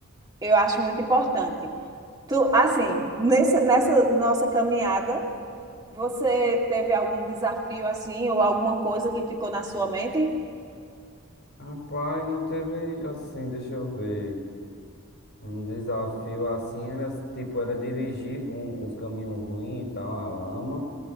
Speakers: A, on the right; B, on the left.
A: eu acho muito importante. Tu, assim, nessa, nessa nossa caminhada, você teve algum desafio assim, ou alguma coisa que ficou na sua mente?
B: Rapaz, não teve assim, deixa eu ver. Um desafio assim era tipo, era dirigir com uns caminhos ruins e tal, a lama.